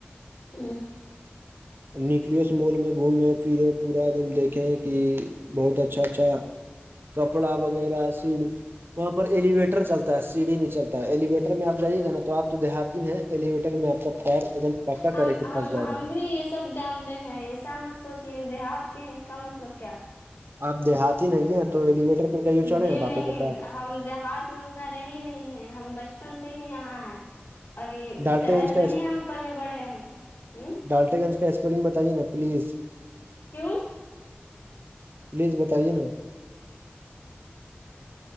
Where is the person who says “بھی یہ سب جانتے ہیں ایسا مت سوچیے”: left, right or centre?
Left